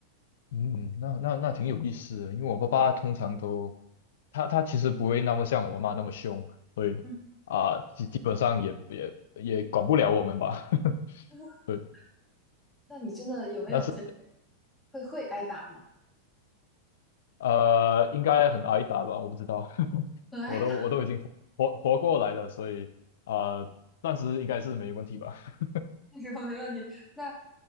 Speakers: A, on the left; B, in the centre.
A: 嗯，那那那挺有意思的，因为我爸爸通常都，他他其实不会那么像我妈妈那么凶，所以啊，
B: 嗯，
A: 基、基本上也也也管不了我们吧，<laughs>
B: <laughs>
A: 对，
B: 那你真的有没有就是
A: 但是
B: 会会挨打吗？
A: 呃，应该很挨打吧，我不知道，<laughs>
B: <laughs> 很挨打
A: 我都我都已经活活过来了，所以啊、呃暂时应该是没问题吧。<laughs>
B: <laughs> 那时候没问题。那